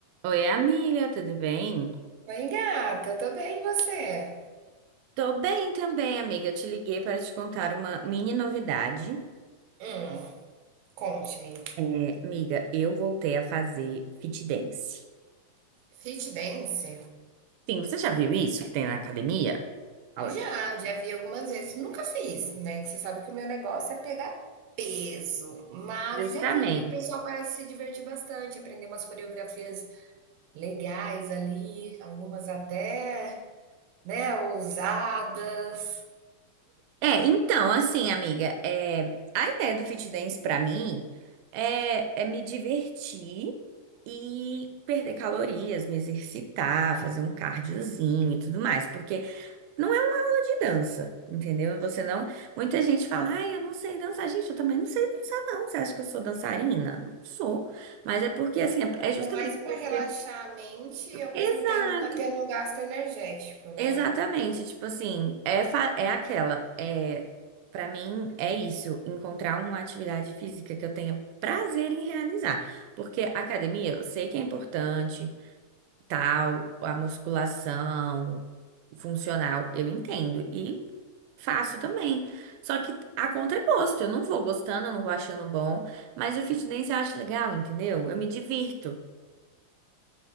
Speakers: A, on the right; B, on the right.
A: Oi, amiga, tudo bem?
B: Oi, gata, eu tô bem, e você?
A: Tô bem também, amiga. Eu te liguei para te contar uma mini novidade.
B: Hum, conte-me.
A: É, amiga, eu voltei a fazer fit dance.
B: Fit dance?
A: Sim, você já viu isso que tem na academia? Olha,
B: Já, já vi algumas vezes. Nunca fiz, né? Que Você sabe que o meu negócio é pegar peso, mas
A: Justamente.
B: já vi. O pessoal parece se divertir bastante, aprender umas coreografias legais ali, algumas até, né, ousadas.
A: é, então, assim, amiga, é, a ideia do Fit Dance pra mim é, é me divertir e perder calorias, me exercitar, fazer um cardiozinho e tudo mais, porque Não é uma aula de dança, entendeu? Você não. Muita gente fala, ai, eu não sei dançar. Gente, eu também não sei dançar, não. Você acha que eu sou dançarina? Não sou. Mas é porque, assim, é é justamente
B: É mais para
A: porque.
B: relaxar a mente e ao mesmo
A: Exato,
B: tempo tá tendo um gasto energético, né?
A: exatamente. Tipo assim, é, fa- é aquela. É... Para mim, é isso. Encontrar uma atividade física que eu tenha prazer em realizar. Porque academia, eu sei que é importante, tal, a musculação funcional, eu entendo. E. Faço também. Só que a conta é gosto. Eu não vou gostando, eu não vou achando bom. Mas o fit dance eu acho legal, entendeu? Eu me divirto.